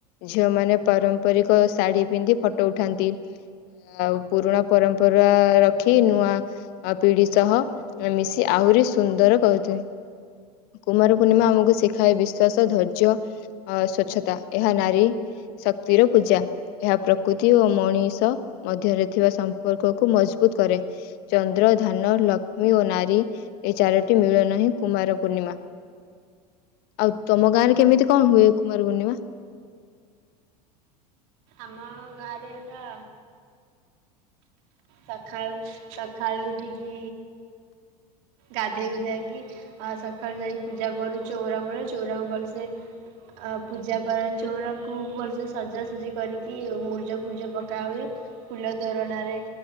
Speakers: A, on the left; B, on the right.
A: ଝିଅ ମାନେ ପାରମ୍ପରିକ ଶାଢୀ ପିନ୍ଧି ଫଟୋ ଉଠାନ୍ତି। ଆଉ ପୁରୁଣା ପରମ୍ପରା ରଖି ନୂଆ ଆଉ ପିଢି ସହ ମିଶି ଆହୁରି ସୁନ୍ଦର କରୁଛନ୍ତି। କୁମାର ପୂର୍ଣ୍ଣିମା ଆମକୁ ଶିଖାଏ ବିସ୍ୱାଶ ଧୈର୍ଯ୍ୟ ଅ ସ୍ୱଚ୍ଛତା ଏହା ନାରୀ ଶକ୍ତିର ପୂଜା ଏହା ପ୍ରକୃତି ଓ ମଣିଷ ମଧ୍ୟରେ ଥିବା ସମ୍ପର୍କ କୁ ମଜବୁତ କରେ। ଚନ୍ଦ୍ର ଧାନ ଲକ୍ଷ୍ମୀ ଓ ନାରୀ ଏଇ ଚାରୋଟି ମିଳନ ହିଁ କୁମାର ପୂର୍ଣ୍ଣିମା। ଆଉ ତମ ଗାଁ ରେ କେମିତି କଣ ହୁଏ କୁମାର ପୂର୍ଣିମା
B: ଆମ ଗାଁ ରେ ହେଲା ସକାଳୁ ସକାଳୁ ଉଠିକି ଗାଧେଇ ଗୁଧାକି ଆ ସକାଳୁ ଯାଇ ପୂଜା କରୁ ଚଉରାମୂଳେ ଚଉରାକୁ ଭଲସେ ଆ ପୂଜା କରାଏ ଚଉରାକୁ ଭଲସେ ସଜାସଜି କରିକି ମୁର୍ଜ ଫୁର୍ଜ ପକା ହୁଏ। ଫୁଲ ତୋରଣାରେ